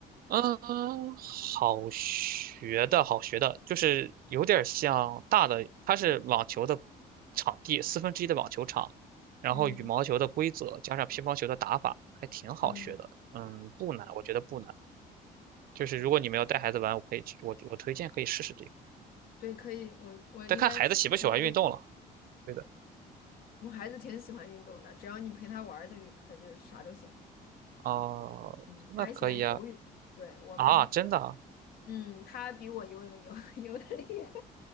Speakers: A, on the right; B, on the left.
A: 嗯，好学的，好学的，就是有点儿像大的，它是网球的场地，四分之一的网球场，然后羽毛球的规则加上乒乓球的打法，
B: 嗯
A: 还挺好学的。
B: 嗯，
A: 嗯，不难，我觉得不难。就是如果你们要带孩子玩，我可以去，我我推荐可以试试这个。
B: 对，可以，我我应该去看推。
A: 再看孩子喜不喜欢运动了。对的。
B: 我孩子挺喜欢运动的，只要你陪他玩儿的，他就啥都行。
A: 哦，
B: 嗯，
A: 那可以啊。
B: 他还喜欢游泳。对，我们，
A: 啊，真的啊？
B: 嗯，他比我游泳游 <laughs> 游的厉害。